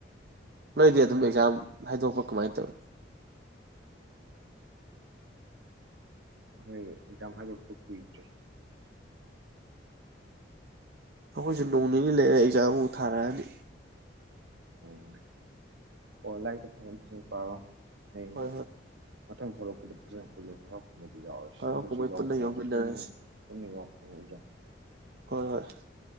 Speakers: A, on the right; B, on the right.
A: ꯅꯣꯏꯗꯤ ꯑꯗꯨꯝ
B: ꯑꯥ
A: ꯑꯦꯛꯖꯥꯝ ꯍꯥꯏꯗꯣꯛꯄ ꯀꯃꯥꯏ ꯇꯧꯏ
B: ꯍꯣꯏ ꯑꯦꯛꯖꯥꯝ ꯍꯥꯏꯗꯣꯛꯄ ꯀꯨꯏꯗ꯭ꯔꯤ
A: ꯑꯈꯣꯏꯁꯨ ꯅꯣꯡ ꯅꯤꯅꯤ ꯂꯩꯔꯕ ꯑꯦꯛꯖꯥꯝ ꯑ ꯊꯔꯅꯤ
B: ꯑꯣꯝ ꯑꯣ ꯂꯥꯏꯛꯇꯨ ꯐꯖꯟ ꯐꯖꯟ ꯄꯥꯔꯣ ꯍꯌꯦꯡ
A: ꯍꯣꯏ ꯍꯣꯏ
B: ꯃꯊꯪ ꯊꯣꯛꯂꯛꯄꯗ ꯐꯖꯅ ꯄꯨꯜꯂꯁꯤ ꯍꯔꯥꯎ ꯑꯗꯨꯗꯨ ꯌꯥꯎꯔꯁꯤ
A: ꯍꯔꯥꯎ
B: ꯍꯟꯗꯛꯁꯨ
A: ꯀꯨꯝꯍꯩ
B: ꯌꯥꯎꯕ
A: ꯄꯨꯟꯅ
B: ꯐꯪꯉꯗꯦ
A: ꯌꯥꯎꯃꯤꯟꯅꯔꯁꯤ
B: ꯄꯨꯟꯅ ꯄꯨꯟꯅ ꯌꯥꯎꯕ ꯐꯪꯉꯎꯗꯦ
A: ꯍꯣꯏ ꯍꯣꯏ